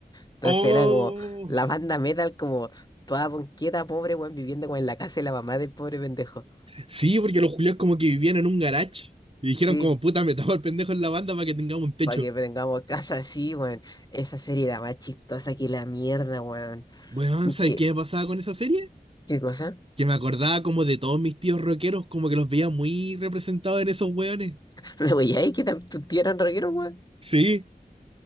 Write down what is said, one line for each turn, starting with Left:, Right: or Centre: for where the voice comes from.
Left: Entonces
Right: Oh,
Left: era como la banda metal como toda ponqueta, pobre, weón, viviendo como en la casa de la mamá del pobre pendejo.
Right: sí, porque los culiados como que vivían en un garage y dijeron
Left: Sí,
Right: como puta, metamos al pendejo en la banda para que tengamos un techo.
Left: para que tengamos casa así, weón. Esa serie era más chistosa que la mierda, weón.
Right: Bueno, ¿sabes
Left: ¿Qué?
Right: qué me pasaba con esa serie?
Left: ¿Qué cosa?
Right: que me acordaba como de todos mis tíos rockeros, como que los veía muy representados en esos hueones.
Left: Pero, güey, ay, que tam- tu tío era rockero, weón.
Right: Sí,